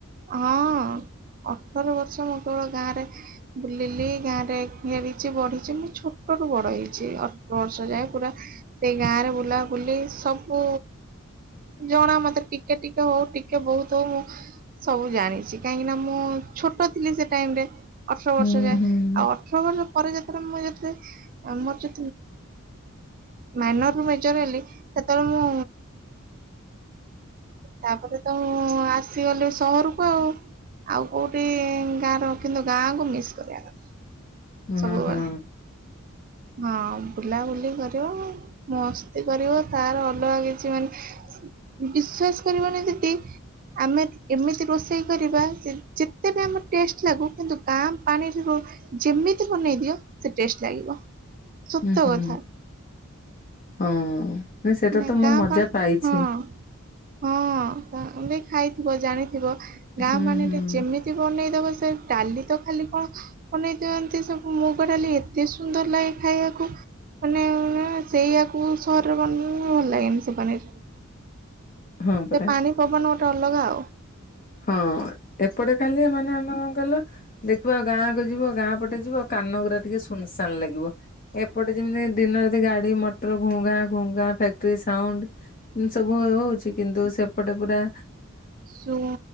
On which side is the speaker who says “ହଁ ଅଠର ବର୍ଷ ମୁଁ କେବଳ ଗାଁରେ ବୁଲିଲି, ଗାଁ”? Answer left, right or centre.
Right